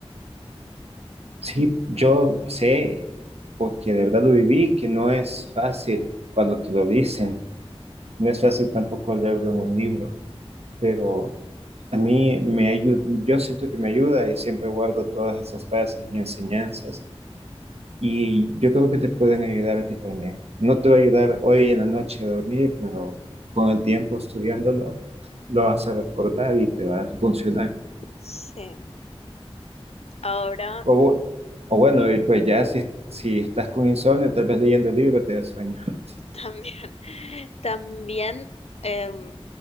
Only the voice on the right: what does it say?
Sí, yo sé, porque de verdad lo viví, que no es fácil cuando te lo dicen. No es fácil tampoco leerlo en un libro. pero a mí me ayuda, yo siento que me ayuda y siempre guardo todas esas frases y enseñanzas y yo creo que te pueden ayudar a ti también. No te va a ayudar hoy en la noche a dormir, pero con el tiempo estudiándolo lo vas a recordar y te va a funcionar.
O, bu- o bueno,
y pues ya si, si estás con insomnio, tal vez leyendo el libro te da sueño. <laughs>